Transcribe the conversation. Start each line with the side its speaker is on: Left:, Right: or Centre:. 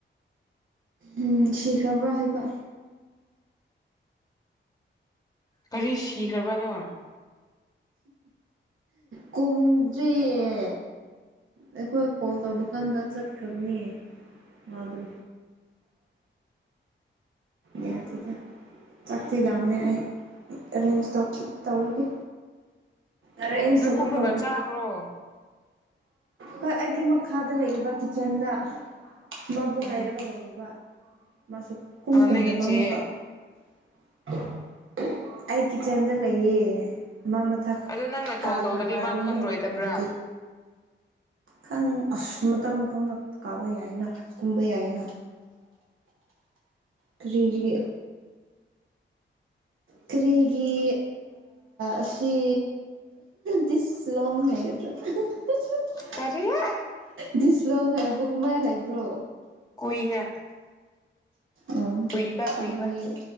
Right: ꯎꯝ ꯁꯤꯈ꯭ꯔꯕ꯭ꯔꯥ ꯍꯥꯏꯕ
Left: ꯀꯔꯤ ꯁꯤꯈ꯭ꯔꯕꯅꯣ
Right: ꯀꯨꯝꯗ꯭ꯔꯤꯌꯦ ꯑꯩꯈꯣꯏ ꯀꯣꯜ ꯇꯧꯕꯀꯥꯟꯗ ꯆꯠꯈ꯭ꯔꯕꯅꯤ ꯑꯗꯨ ꯌꯥꯗꯦꯗ ꯆꯥꯛꯇꯤ ꯂꯥꯝꯃꯦ ꯑꯩ ꯑꯦꯔꯦꯟꯁ ꯇꯧꯔꯒꯦ ꯑꯦꯔꯦꯟꯖ
Left: ꯑꯗꯨ
Right: ꯇꯧꯕ
Left: ꯀꯨꯝꯔꯒ
Right: ꯍꯧꯔꯒꯦ
Left: ꯆꯥꯈ꯭ꯔꯣ
Right: ꯍꯣꯏ ꯑꯩꯗꯤ ꯃꯈꯥꯗ ꯂꯩꯔꯤꯕ ꯀꯤꯆꯟꯗ ꯃꯥꯕꯨꯨꯡ
Left: ꯎꯝ
Right: ꯉꯥꯏꯔꯒ ꯂꯩꯌꯦꯕ ꯃꯥ ꯁꯨꯀꯨꯝ ꯀꯨꯝꯗꯕ
Left: ꯅꯪꯒꯤ ꯆꯦ
Right: ꯑꯃꯨꯛꯀ <unintelligible> ꯑꯩ ꯀꯤꯠꯆꯟꯗ ꯂꯩꯌꯦ ꯃꯥ ꯃꯊꯛ
Left: ꯑꯗꯨ ꯅꯪꯅ ꯀꯣꯜ
Right: ꯀꯥꯈ꯭ꯔꯕ
Left: ꯇꯧꯗ꯭ꯔꯗꯤ
Right: ꯑꯗꯨ
Left: ꯃꯥ ꯈꯪꯔꯣꯏꯗꯕ꯭ꯔꯥ
Right: ꯑꯃꯨꯛꯀ ꯀꯨꯝꯗꯦ ꯈꯪ ꯑꯁ ꯃꯇꯝ ꯈꯪꯅ ꯀꯥꯕ ꯌꯥꯏꯅ ꯀꯨꯝꯕ ꯌꯥꯏꯅ ꯀꯔꯤꯒꯤ ꯀꯔꯤꯒꯤ ꯑꯁꯤ ꯗꯤꯁ ꯂꯣꯡ ꯍꯥꯏꯒꯗ꯭ꯔꯥ <unintelligible>
Left: ꯀꯔꯤꯕ
Right: ꯗꯤꯁꯂꯣꯡ ꯍꯥꯏꯕꯨ ꯀꯨꯃꯥꯏ ꯍꯥꯏꯕ꯭ꯔꯣ
Left: ꯀꯨꯏꯅ
Right: ꯎꯝ
Left: ꯀꯨꯏꯕ
Right: ꯀꯔꯤꯒꯤ
Left: ꯀꯨꯏꯕ